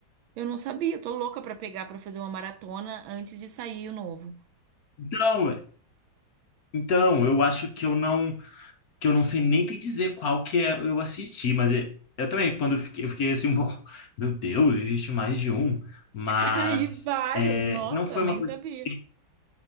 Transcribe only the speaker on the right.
Eu não sabia. Eu tô louca pra pegar pra fazer uma maratona antes de sair o novo.
<laughs> Aí, vários!
Nossa,
nem
sabia.